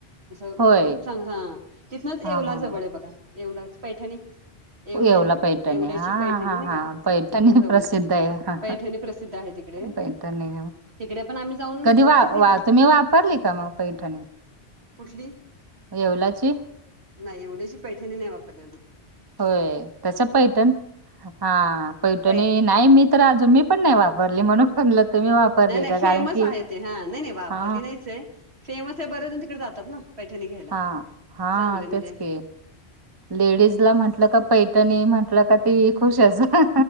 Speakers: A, on the right (about 70°); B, on the right (about 25°).
A: असं
B: होय
A: खूप चांग हा तिथनंच
B: हा
A: येवला
B: हा
A: जवळ
B: हा
A: आहे बघा येवला पैठणी. येवले
B: येवला पैठणी
A: येवल्याची
B: हा
A: पैठणी
B: हा
A: नाही का
B: हा पैठणी
A: तिथनं जवळ
B: प्रसिद्ध
A: आहे बघ
B: आहे.
A: पैठणी प्रसिद्ध आहे तिकडे
B: पैठ नाही
A: तिकडे पण आम्ही जाऊन
B: कधी. वा
A: बरेच दिवस
B: वा तुम्ही वापरली का मग पैठणी
A: कुठली
B: येवलाची
A: नाही एवढ्याची पैठणी नाही वापरल्या
B: होय तस पैठण हा पैठणी
A: पै
B: नाही मी तर अजून मी पण नाही वापरली म्हणूनलं तुम्ही वापरली
A: नाही नाही
B: का
A: फेमस
B: कारण की
A: आहे ते हा नाही नाही
B: हा
A: <unintelligible> नाहीच आहे फेमस आहे बरेचजण तिकडे जातात ना पैठणी घ्यायला
B: हा हा हा
A: चांगलं
B: हा
A: म्हणजे
B: तेच की लेडीज ला म्हटल का पैटणी म्हंटलं का ते
A: हम्म
B: खुश आहे